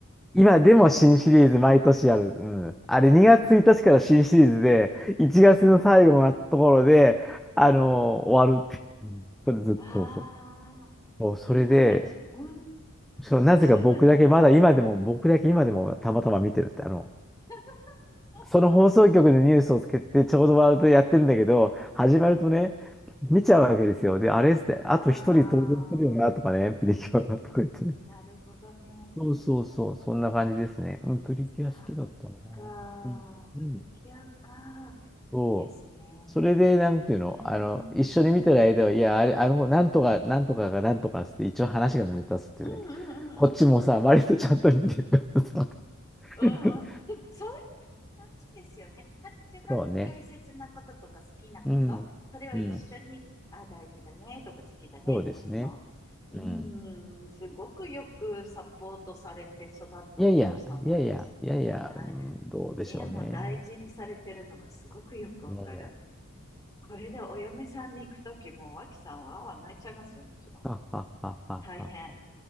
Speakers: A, in the centre; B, on the left.
A: 今でも新シリーズ毎年やる。
B: そうなの
A: うん。あれ2月1日から新シリーズで、
B: ああ
A: 1月の最後のところで、あのー終わるって。
B: ー、うんうん。
A: うんそれずっとそう。
B: ああ、
A: そうそれで、
B: 今や、うん、
A: そう、なぜか僕だけ、
B: ずいぶん長い。
A: まだ今でも、僕だけ今でもたまたま見てるって、あの、
B: <laughs>
A: その放送局でニュースをつけて、
B: あ、
A: ちょうどワールドやってるんだけど、
B: うんうん。
A: 始まるとね、見ちゃうわけですよ。で、あれっつって、あと一人登場するよな、
B: ああ、
A: とかね、プリキュアがとか言ってね。
B: なるほどね。
A: そうそうそう、そんな感じですね。うん、プリキュア好きだったな。
B: そっか、
A: うん。
B: ー、
A: うん。
B: プリキュアか。いいですね。
A: そう。それで、なんていうの、
B: うんうん。
A: あの、一緒に見てる間は、いや、あれ、あの、なんとか、なんとかがなんとかっつって、一応話が成り立つっていうね。
B: うんうんうんうん。
A: こっちもさ、割とちゃんと見てるからさ。
B: うんうん、
A: <laughs>
B: でも、そ大事ですよね。彼女が大切なこととか好きなこと、
A: そうね。うん。
B: それを一緒に、
A: うん。
B: あ、大事だねとか好きだねとか、
A: そうですね。
B: その、うーん、
A: うん。
B: すごくよくサポートされて育ったお嬢さんなんですね。
A: いやいや、いやいや、いやいや、
B: 大、
A: うんどうでしょうね。
B: いやもう大事にされてるのがすごくよくわかる。
A: いやいや、
B: これでお嫁さんに行くときも、脇さんはあわ泣いちゃいますよ、もちろん。
A: ははははは。
B: 大変。